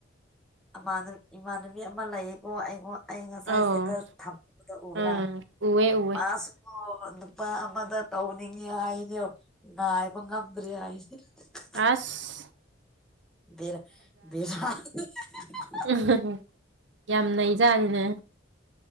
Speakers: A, in the centre; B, on the right (about 70°).
A: ꯑꯃꯅ ꯏꯃꯥꯟꯅꯕꯤ ꯑꯃ ꯂꯩꯌꯦꯀꯣ ꯑꯩꯉꯣꯟ ꯑꯩ ꯉꯁꯥꯏ
B: ꯑꯧ
A: ꯁ꯭ꯇꯦꯇꯁ ꯊꯝꯕꯗꯣ ꯎꯕ꯭ꯔꯥ
B: ꯎꯝ ꯎꯋꯦ ꯎꯋꯦ
A: ꯃꯥꯁꯨ ꯑꯣ ꯅꯨꯄꯥ ꯑꯃꯗ ꯇꯧꯅꯤꯡꯉꯦ ꯍꯥꯏꯌꯦꯅꯦ ꯅꯥꯢꯕ ꯉꯝꯗ꯭ꯔꯦ ꯍꯥꯢ <unintelligible>
B: ꯑꯥꯁ
A: ꯕꯦꯔ ꯕꯦꯔꯥꯅꯤ <unintelligible>
B: <unintelligible> ꯌꯥꯝ ꯅꯩꯖꯥꯠꯅꯤꯅꯦ